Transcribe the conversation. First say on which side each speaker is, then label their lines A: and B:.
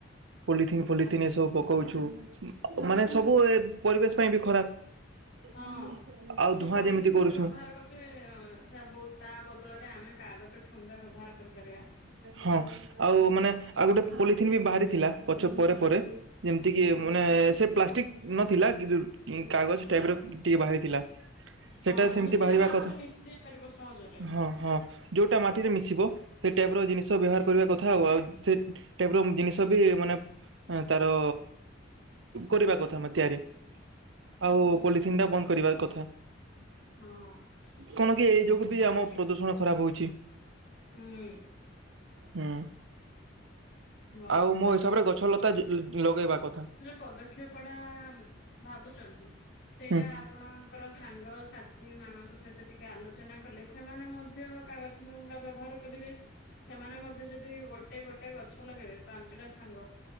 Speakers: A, on the right (about 70°); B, on the left (about 65°).
A: ପଲିଥିନ୍ ଫଲିଥିନ ଏସବୁ ପକଉଛୁ, ମାନେ
B: ହୁଁ
A: ସବୁ ଏ ପରିବେଶ ପାଇଁ ବି ଖରାପ।
B: ହଁ।
A: ଆଉ
B: ସେ
A: ଧୂଆଁ
B: ପଲିଥିନ୍
A: ଯେମିତି କରୁଛୁ
B: ଯେ ବ୍ୟବହାର କରୁଛେ ସେ ବହୁ ତା ବଦଳରେ ଆମେ କାଗଜ ଠୁଙ୍ଗା ବ୍ୟବହାର କରିପାରିବା।
A: ହଁ ଆଉ ମାନେ ଆଉ ଗୋଟେ ପଲିଥିନ୍ ବି ବାହାରିଥିଲା, ପଛ ପରେ ପରେ। ଯେମିତି କିି
B: ହୁଁ
A: ମାନେ ସେ ପ୍ଲାଷ୍ଟିକ ନଥିଲା, କି କାଗଜ ଟାଇପର ଟିକେ ବାହାରିଥିଲା। ସେଇଟା
B: ହଁ ମାନେ
A: ସେମିତି ବାହାରିବା
B: ମାଟିରେ
A: କଥା
B: ମିଶି ଯାଇ ପାରିବ ସହଜରେ।
A: ହଁ ହଁ ଯେଉଁଟା ମାଟିରେ ମିଶିବ। ଟାଇପର ଜିନିଷ ବ୍ୟବହାର କରିବା କଥାଆଉ ଆଉ ସେ ଟାଇପର ଜିନିଷ ବି ମାନେ ତାର କରିବା କଥାନା ତିଆରି।
B: ହୁଁ
A: ଆଉ
B: ହୁଁ
A: ପଲିଥିନ୍
B: ହୁଁ
A: ଟା ବନ୍ଦ କରିବାର କଥା।
B: ହଁ
A: କଣ କି ଏଇ ଯୋଗୁ
B: <inaudible>
A: ବି ଆମ ପ୍ରଦୂଷଣ ଖରାପ ହଉଛି
B: ହୁଁ।
A: ହୁଁ।
B: ହଁ
A: ଆଉ
B: ଭଲ
A: ମୋ ହିସାବରେ ଗଛଲତା ଲଗେଇବା କଥା।
B: ପଦକ୍ଷେପଟା ଭାବୁଛନ୍ତି ସେଇଟା
A: ହୁଁ
B: ଆପଣଙ୍କର ସାଙ୍ଗସାଥି ମାନଙ୍କ ସହିତ ଟିକେ ଆଲୋଚନା କଲେ ସେମାନେ ମଧ୍ୟ କାଗଜ ଠୁଙ୍ଗା ବ୍ୟବହାର କରିବେ। ସେମାନେ ମଧ୍ୟ ଯଦି ଗୋଟେ ଗୋଟେ ଗୋଟେ ଗଛ ଲଗେଇବେ ପାଞ୍ଚଟା ସାଙ୍ଗ